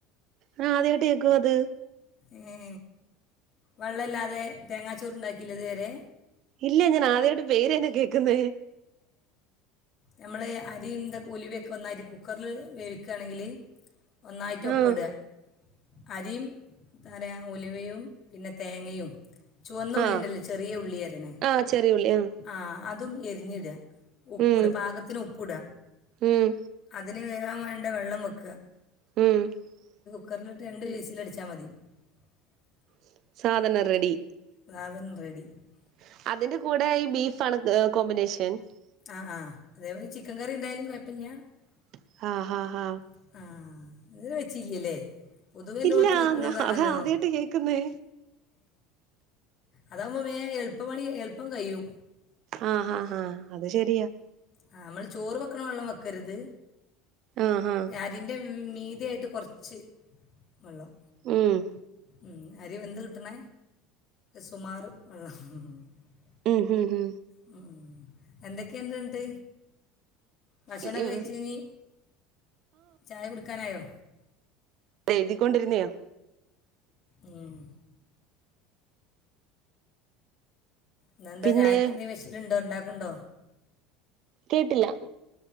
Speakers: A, on the right; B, on the left.
A: ആ ആദ്യമായിട്ട് കേക്കുവാ അത്
B: ഏ വെള്ളല്ലാതെ തേങ്ങാച്ചോറുണ്ടാക്കീല്ലൃ ഇതുവരെ
A: ഇല്ല ഞാൻ ആദ്യായിട്ട് പേര് തന്നെ കേക്കുന്നേ.
B: നമ്മള് അരിന്തെ ഉലുവൊക്കെ ഒന്നായിട്ട് കുക്കറില് വേവിക്കുകയാണെങ്കില് ഒന്നായിട്ട് ഒപ്പിടുക.
A: ആഹ്
B: അരിയും ന്താ പറയാ ഉലുവയും പിന്നെ തേങ്ങയും ചുവന്ന ഉള്ളിണ്ടല്ലേ
A: ആഹ്
B: ചെറിയ ഉള്ളിരനേ
A: ആഹ് ചെറിയുള്ളി ആഹ്
B: ആ അതും എരിഞ്ഞിടാ ഉപ്പിട്
A: ഉം
B: പാകത്തിന് ഉപ്പ്ടാ
A: ഉം
B: അതിന് വേ <inaudible>
A: <inaudible>
B: <inaudible> <unintelligible>
A: <inaudible>
B: <inaudible>
A: <inaudible>
B: <inaudible>
A: <inaudible>
B: <inaudible> എല്ലായിടത്തും
A: ഇല്ല
B: വെക്കണതാണല്ലോ
A: ഞാ അതാ ആദ്യമായിട്ട് കേക്കുന്നേ
B: അതാവുകുമ്പോ മേ എളുപ്പമണി എളുപ്പം കഴിയും
A: ആ ഹാ ഹ അത് ശെരിയാ
B: ആ നമ്മള് ചോറ് വെക്കണ വെള്ളം വെക്കരുത്
A: ആഹ് ഹാ
B: അതിന്റെ മീതിയായിട്ട് കൊറച്ച് വെള്ളം
A: ഉം
B: മ് അരി വെന്ത് കിട്ടണ സുമാർ വെള്ളം <unintelligible>
A: മ് മ് മ്
B: മ് എന്തൊക്കെയണ്ട് ഇണ്ട് ഭക്ഷണം
A: ഇ-
B: കഴിച്ചീന് ചായ കുടി കെഞായോ
A: എഴുതിക്കൊണ്ടിരുന്നെയാ
B: മ്മ് ഇന്നെന്താ
A: പിന്നെ
B: ചായക്കെതേലും സ്പെഷ്യൽ ഇണ്ടോ ഇണ്ടാ ഉണ്ടോ
A: കേട്ടില്ല